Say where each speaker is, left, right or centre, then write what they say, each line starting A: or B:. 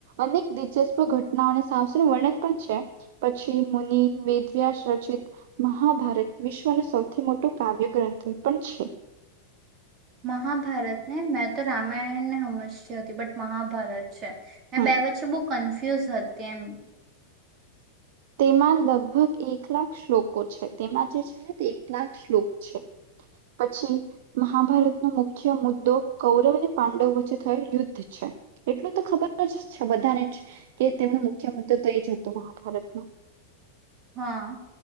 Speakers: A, on the right; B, on the right.
A: અને દિલચસ્પ ઘટના અને સાસનું વર્ણન પણ છે પછી. વેદ વ્યાસ રચિત મહાભારત વિશ્વનો સૌથી મોટું કાવ્ય ગ્રંથ પણ છે.
B: મહાભારત ને મેં તો રામાયણને સમજતી હતી બટ મહાભારત છે મે
A: હમ
B: બે વચ્ચે બહુ ક ફ્યુઝ હતી તેમ.
A: તેમાં લગભગ એક લાખ શ્લોકો છે તેમાં જે છે તે એક લાખ શ્લોક છે પછી મહાભારતનો મુખ્ય મુદ્દો કૌરવ અને પાંડવ વચ્ચે થયેલ યુદ્ધ છે એટલું તો ખબર જ છે બધાને જ કે તેમનો મુખ્ય મુદ્દો તો એ જ હતો મહાભારત. <inaudible>
B: હા.